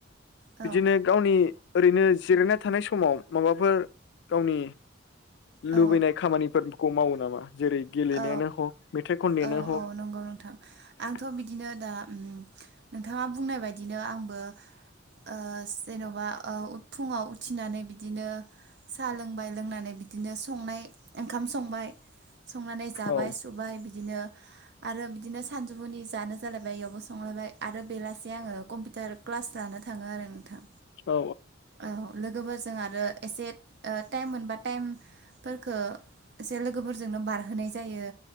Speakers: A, on the right; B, on the left.
A: औ
B: बिदिनो गावनि ओरैनो जिरायना थानाय समाव माबाफोर गावनि
A: औ
B: लुबैनाय खामानिफोरखौ मावो नामा जेरै गेलेनायानो
A: औ
B: हक, मेथाइ खननायानो
A: औ
B: हक
A: औ नंगौ नोंथां आंथ' बिदिनो दा उम नोंथाङा बुंनाय बायदिनो आंबो ओ जेन'बा ओ फुङाव उथिनानै बिदिनो साहा लोंबाय लोंनानै बिदिनो संनाय ओंखाम संबाय संनानै जाबाय
B: औ
A: सुबाय बिदिनो आरो बिदिनो सानजौफुनि जानो जालायबाय इयावबो संलायबाय आरो बेलासे आङो कम्पिउटार क्लास लानो थाङो आरो नोंथां
B: औ
A: औ लोगोफोरजों आरो एसे ओ टाइम मोनबा टाइम फोरखो एसे लोगोफोरजोंनो बारहोनाय जायो,